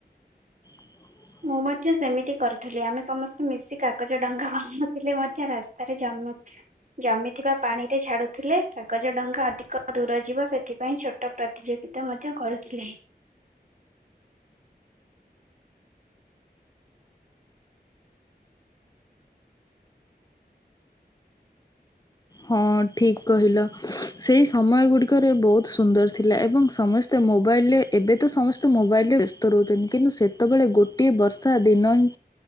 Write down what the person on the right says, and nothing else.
ମୁଁ ମଧ୍ୟ ସେମିତି କରୁଥିଲି ଆମେ ସମସ୍ତେ ମିଶି କାଗଜ ଡଙ୍ଗା ବନାଉଥିଲେ ମଧ୍ୟ ରାସ୍ତାରେ ଜମୁଥିଲା। ଜମିଥିବା ପାଣି ରେ ଛାଡୁଥିଲେ କାଗଜ ଡଙ୍ଗା ଅଧିକ ଦୂର ଯିବ ସେଥିପାଇଁ ଛୋଟ ପ୍ରତିଯୋଗି ପ୍ରତିଯୋଗିତା ମଧ୍ୟ କରୁଥିଲେ।